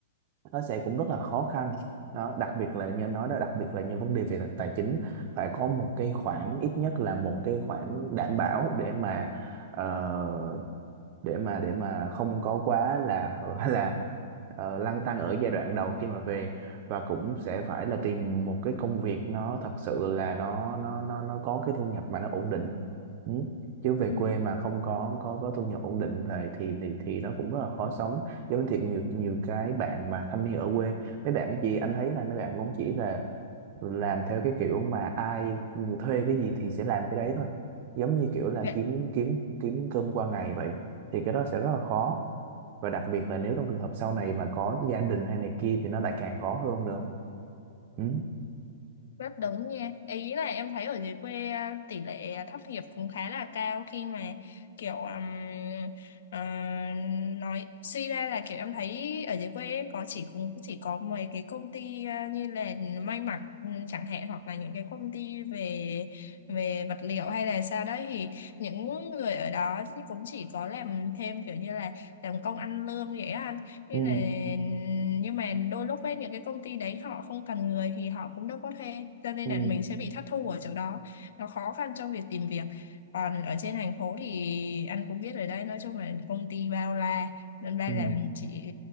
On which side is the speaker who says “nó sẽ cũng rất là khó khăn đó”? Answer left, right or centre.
Right